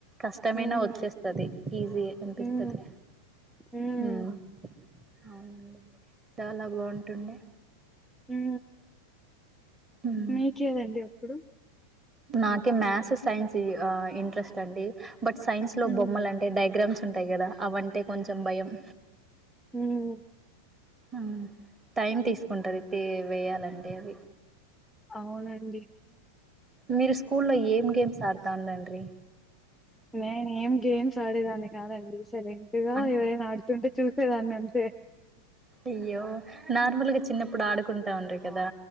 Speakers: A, on the right; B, in the centre.
A: కష్టమైనా
B: హ్మ్.
A: వచ్చేస్తది ఈజీయే అనిపిస్తది
B: హ్మ్. హ్మ్.
A: ఉమ్ అవునండి చాలా బావుంటుండే
B: ఊ
A: ఉమ్
B: మీకేదండి అప్పుడు
A: నాకే మ్యాథ్స్ సైన్స్ ఆ ఇంట్రెస్ట్ అండి బట్ సైన్స్ లో
B: హ్మ్.
A: బొమ్మలంటే డైగ్రామ్స్ తుంటాయి కదా అవంటే కొంచెం భయం
B: హ్మ్.
A: ఊ టైం తీసుకుంటది తే వేయాలంటే అవి
B: అవునం దీ
A: మీరు స్కూల్లో ఏం గేమ్స్ ఆడు తాందండ్రి
B: నేను ఏం గేమ్స్ ఆడేదాన్ని కాదండి సైలెంటుగా
A: అన్
B: ఎవరైనా ఆడుతుంటే చూసేదాన్ని అన్
A: అయ్యో నార్మల్ గా చిన్నప్పుడు ఆడుకుంటాం ఉండ్రి కదా